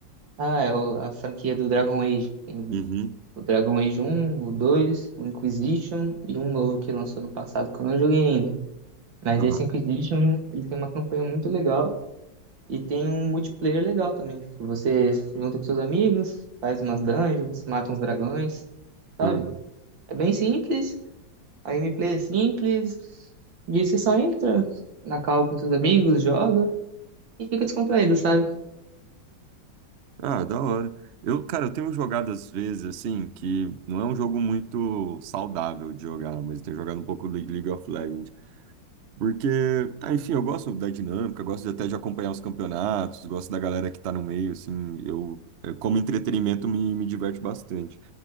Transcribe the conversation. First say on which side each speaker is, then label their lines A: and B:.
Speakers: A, on the right (about 80°); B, on the right (about 65°).
A: Ah, é o- a franquia do Dragon Age. Tem
B: Uhum,
A: o Dragon Age um o dois o Inquisition e um novo que lançou no passado que eu não joguei ainda. Mas
B: tá.
A: esse Inquisition, ele tem uma campanha muito legal. E tem um multiplayer legal também. que Você junta com seus amigos, faz umas dungeons, mata uns dragões, sabe?
B: Uhum.
A: É bem simples, a gameplay é simples, e você só entra na call com seus amigos, joga e fica descontraído, sabe?
B: Ah, da hora. Eu, cara, eu tenho jogado às vezes, assim, que não é um jogo muito saudável de jogar, mas eu tenho jogado um pouco Le- League of Legends. Porque, ah, enfim, eu gosto da dinâmica, gosto de- até de acompanhar os campeonatos, gosto da galera que tá no meio, assim, eu, eh, como entretenimento, me, me diverte bastante.